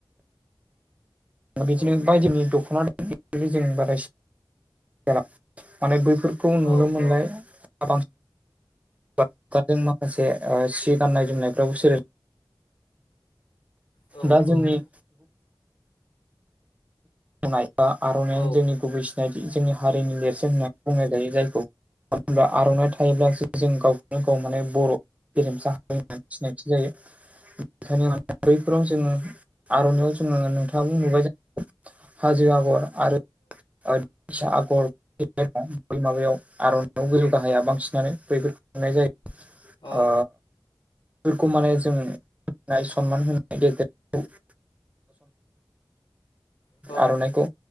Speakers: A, on the right; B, on the left.
A: बिदिनो
B: औ
A: बायदिनि दख'ना जों <unintelligible> माने बैफोर, खौ
B: औ
A: नुनो मोनो
B: औ
A: <unintelligible> माखासे सिट गान्नाय जोमनायफ्राव सो
B: औ
A: दा जोंनि
B: औ
A: बुंनाय बा आर'नाइयानो
B: औ
A: जोंनि गुबै सिनायथि जोंनि हारिनि नेरसोन होननानै बुंनाय जायो जायखौ, मानो होनब्ला आर'नाइ थायोब्लासो जों गावखौनो गाव माने बर' गेरेमसा हारि होननानै सिनायथि जायो बेखायनो माने बैफोराव जोंङो आर'नाइाव जोंङो नोंथाङाबो नुबाय ज हाजो आगर आरो बायदिसिना आगर <unintelligible> माबायाव आर'नायाव गोजौ गाहाया बांसिनानो बैफोर <unintelligible> जायो
B: औ
A: ओ फोरखौ माने जों <unintelligible> गेजेरजों
B: औ
A: आर'नाइखौ